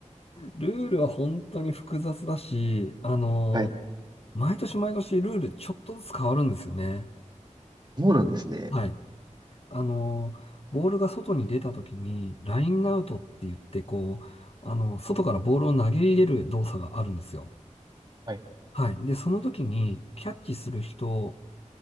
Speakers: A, on the left; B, on the right.
A: ルールは本当に複雑だし、あの、
B: はい。
A: 毎年毎年ルールちょっとずつ変わるんですよね。
B: そうなんですね。
A: はい。あの、ボールが外に出た時に、ラインアウトって言って、こう、あの、外からボールを投げ入れる動作があるんですよ。
B: はい。
A: はい。で、その時に、キャッチする人